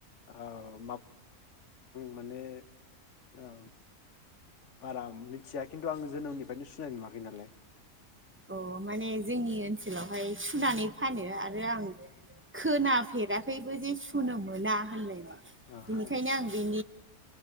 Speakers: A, on the left; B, on the right.
A: <unintelligible> <unintelligible> आं माने <unintelligible> बारा मिथिया खिन्थु आं जोनोमनिफ्रायनो सुनाय नुवाखै नालाय
B: अ माने जोंनि ओनसोलावहाय सुनानै फानो आरो आं खोनाफेराखैबो जे सुनो मोना होनलायनाय
A: ओ
B: बेनिखायनो आं <unintelligible> बे